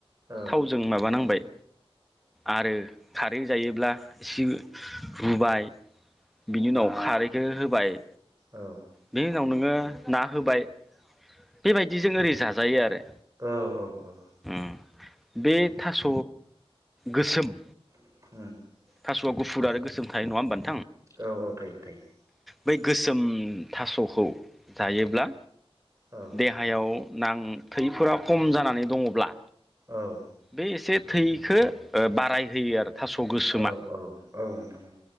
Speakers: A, on the right; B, in the centre.
A: औ
B: थावजों माबानांबाय आरो खारै जायोब्ला एसे रुबाय बिनि उनाव
A: औ
B: खारैखौ होब बाय
A: औ
B: बे उनाव नोङो ना होबाय बेबायदिजों ओरै जाजायो आरो
A: औ औ औ
B: उम बे थास' गोसोम।
A: <unintelligible>
B: थास' गुुफुर आरो गोसोम थायो नङा होनबा नों
A: औ औ थायो थायो।
B: बै गोसोम थास'खौ जायोब्ला।
A: औ
B: देहायाव। नां थैफोरा खम जानानै दङब्ला।
A: औ।
B: बे एसे थैखो ओ बारायहोयो आरो। थास' गोसोमा
A: औ औ औ नोंथां।